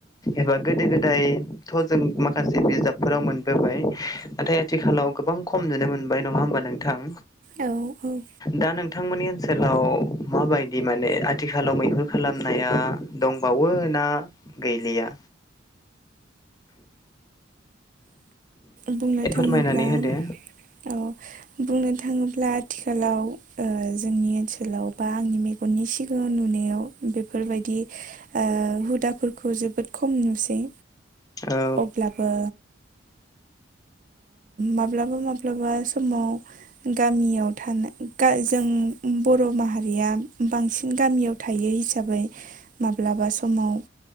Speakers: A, on the left; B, on the right.
A: एबा गोदो गोदायथ जों माखासे बिजाबफोराव मोनबोबाय नाथाय आथिखालाव गोबां खम नुनो मोनबाय नंङा होमबा नोंथां।
B: औ औ
A: दा नोंथांमोननि ओनसोलाव माबायदि माने आथिखालाव मैहुर खालामनाया। दंबावो ना गैलिया।
B: बुंनो
A: ए फोरमायनानै
B: थांङोब्ला
A: होदो
B: औ बुंनो थांङोब्ला आथिखालाव ओ-जोंनि ओनसोलाव बा आंनि मेगननि सिगांङाव नुनो बेफोरबायदि ओ-हुदाफोरखौ जोबोद खम नुसै।
A: औ
B: अब्लाबो माब्लाबा माब्लाबा समाव। गामियाव थानाय जों बर माहारिया बांसिन गामियाव। थायो हिसाबै माब्लाबा समाव।